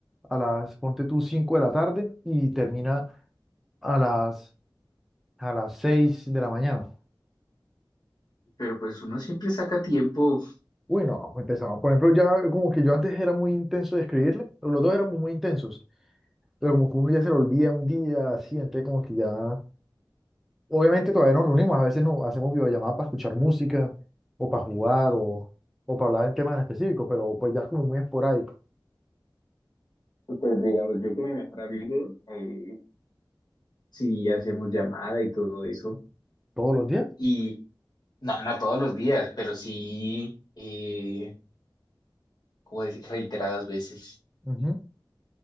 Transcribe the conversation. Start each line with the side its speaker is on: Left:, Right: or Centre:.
Centre: a las, ponte tú, 5 de la tarde y termina a las, a las 6 de la mañana.
Left: pero pues uno siempre saca tiempo
Centre: Uy, no, empezamos. Por ejemplo, ya como que yo antes era muy intenso de escribirle, pero los dos éramos muy intensos, pero como que uno ya se lo olvida un día, así, entonces como que ya Obviamente todavía nos reunimos, a veces nos hacemos videollamadas para escuchar música o para jugar o, o para hablar de temas en específico, pero pues ya es como muy esporádico.
Left: Pues digamos, yo con mi mejor amigo, eh, si hacemos llamada y todo eso.
Centre: ¿Todos los días?
Left: Y no, no todos los días, pero sí, eh, como decir, reiteradas veces.
Centre: Ujú.